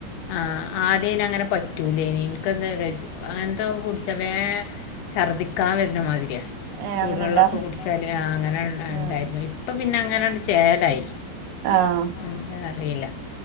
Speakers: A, on the left; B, on the right.
A: ആഹ് ആഹ് ആദ്യയിന അങ്ങനെ പറ്റൂലേനി, ഇന്കെന്തറിയെച്ച്. അങ്ങൻ ത്തൊ കുട്ച്ച വേ ഛർദ്ദിക്കാ വര്ന്നമാതിര്യ
B: ഏഹ്
A: ചൂടുവെള്ള
B: അങ്ങനെണ്ടാ
A: ഒക്കെ കുടിച്ചാല് ആഹ് അങ്ങനെ
B: ആഹ്
A: ഇണ്ടായിരുന്നു, ഇപ്പൊ പിന്നെ അങ്ങനെണ്ട് ചേലായി.
B: ആഹ്
A: എന്താ അറിയില്ല.